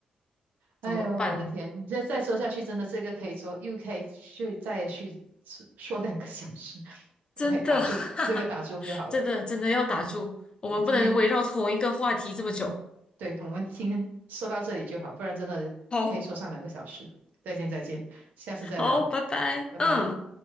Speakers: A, on the right; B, on the left.
A: 哎呦，
B: 怎么办？
A: 我的天！再再说下去，真的这个可以说又可以去再去说说两个小时。<laughs>
B: <laughs> 真的，
A: OK，打住，
B: <laughs> 哈哈
A: 这个打住就好了。
B: 真的，真的要打住，
A: 嗯
B: 我们不能围绕同一个话题这么久。
A: 嗯，今天对我们今天说到这里就好，不然真的可以说上两个小时。
B: 好，
A: 再见再见，下次再聊，
B: 好，拜拜，
A: 拜拜。
B: 嗯。